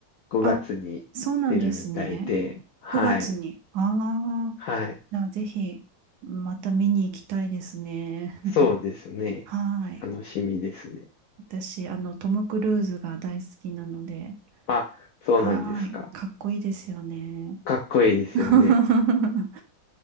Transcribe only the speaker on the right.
あ、そうなんですね。
9月に。ああ、
なぜひ、また見に行きたいですね。<laughs>
はい。
私、あの、トム・クルーズが大好きなので、
はい。かっこいいですよね。
<laughs>